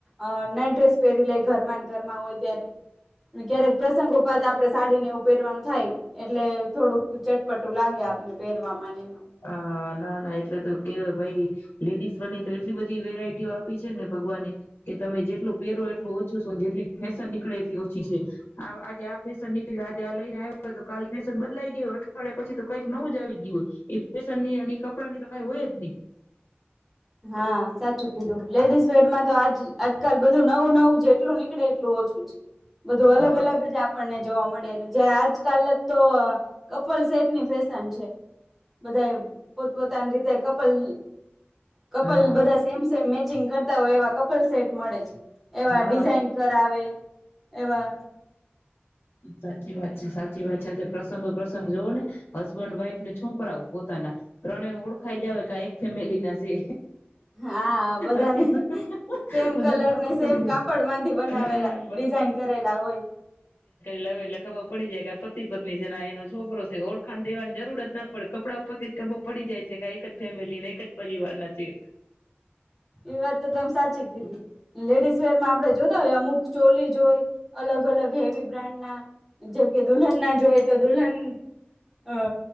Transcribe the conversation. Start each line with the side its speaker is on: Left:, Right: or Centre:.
Centre: અ નાઈટ ડ્રેસ પહેરી લે ઘરમાં ઘરમાં હોય ત્યારે ને ક્યારેક પ્રસંગો પાતા આપડે સાડીને એવું પહેરવાનું થાય એટલે થોડુંક ચટપટું લાગે આપને પહેરવામાં નેમ
Left: હા ના ના એટલે તો કેય ભાઈ લેડીસ બની તો એટલી બધી વેરાયટીઓ આપી છે ને ભગવાને કે તમે જેટલું પહેરો એટલું ઓછું સુ જેટલી ફેશન નીકળે એટલી ઓછી છે આવ આજે આ ફેશન નીકળી આજે આ લઈને આવ્યો હોય તો કાલે ફેશન બદલાઈ ગયું અઠવાડિયા પછી તો કંઈક નવું જ આવી ગયું હોય ફેશનની ની કપડાંની તો કઈ હોય જ ની
Centre: હા સાચું કીધું લેડીઝ વેરમાં તો આજ આજકાલ બધું નવું નવું જેટલું નીકળે એટલું ઓછું જ બધું અલગ
Left: હા
Centre: અલગ જ આપ આપણને જોવા મળે ને જે આજકાલના તો કપલ સેટની ફેશન છે બધાએ પોતપોતાની રીતે કપલ કપલ
Left: હા
Centre: બધા સેમ સેમ મે ચિગં કરતા હોય એવા કપલ સેટ મળે જ એવા
Left: હા
Centre: ડિઝાઇન કરાવે એવા
Left: સાચી વાત છે સાચી વાત છે પ્રસંગો પ્રસંગ જોવો ને હસબન્ડ વાઈફ ને છોકરાઓ પોતાના ત્રણે ઓળખાઈ જાવ કા એક ફેમિલી ના છે.
Centre: હા બધાને
Left: અત્યારે
Centre: સેમ
Left: બધાને
Centre: કલર
Left: ખબર
Centre: ને સેમ
Left: પડી ગઈ
Centre: કાપડમાંથી બનાવેલા
Left: હા
Centre: ડિઝાઈન કરેલા હોય
Left: લાવ એટલે ખબર પડી જાય કે આ પતિ પત્ની છે આ એનો છોકરો છે ઓળખાણ દેવાની જરૂર જ ન પડે કપડા ઉપરથી ખબર પડી જાય છે કે એક જ ફેમિલી ને એક જ પરિવારના છે.
Centre: એ વાત તો તમે સાચી કીધી લેડીઝ વેરમાં આપણે જોતા હોય અમુક ચોલી જોય હોય અલગ અલગ હેવી બ્રાન્ડના જેમકે દુલ્હનના જોય તો દુલ્હન અ